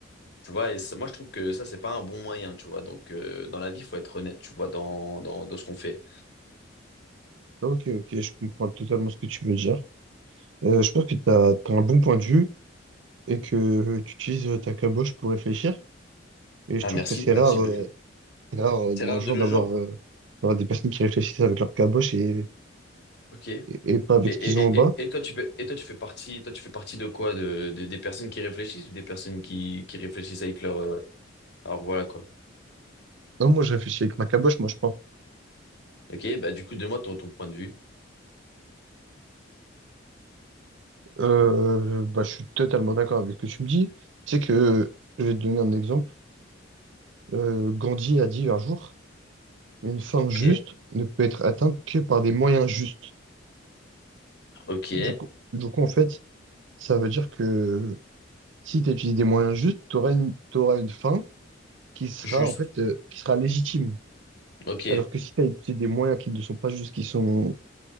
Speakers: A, on the left (about 60°); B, on the right (about 70°).
A: Tu vois, et ça- moi, je trouve que ça, c'est pas un bon moyen, tu vois. Donc, euh, dans la vie, faut être honnête, tu vois, dans, dans, dans ce qu'on fait.
B: Ok, ok, je comprends totalement ce que tu veux dire. Euh, je pense que tu as, un bon point de vue et que euh, tu utilises euh, ta caboche pour réfléchir. Et je
A: Ah,
B: trouve
A: merci,
B: que c'est
A: merci
B: rare, euh,
A: beaucoup.
B: c'est rare euh,
A: C'est
B: de
A: rare
B: nos jours
A: de nos
B: d'avoir
A: jours.
B: euh, d'avoir des personnes qui réfléchissent avec leur caboche et,
A: Ok. Et,
B: et, et pas avec
A: et,
B: ce qu'ils ont
A: et,
B: en bas.
A: et, et toi, tu fais, et toi, tu fais partie, toi, tu fais partie de quoi? De, des des personnes qui réfléchissent ou des personnes qui, qui réfléchissent avec leur, euh, leur voilà, quoi.
B: Non, moi, je réfléchis avec ma caboche, moi, je pense.
A: Ok, bah du coup, donne-moi ton, ton point de vue.
B: Euh, bah, je suis totalement d'accord avec ce que tu me dis. Tu sais que, je vais te donner un exemple. Euh, Gandhi a dit un jour, une fin juste
A: Ok.
B: ne peut être atteinte que par des moyens justes.
A: Ok.
B: Du coup, du coup, en fait, ça veut dire que Si tu utilises des moyens justes, tu auras une, t'auras une fin qui sera
A: Juste.
B: en fait euh, qui sera légitime.
A: Ok.
B: Alors que si tu as utilisé des moyens qui ne sont pas justes, qui sont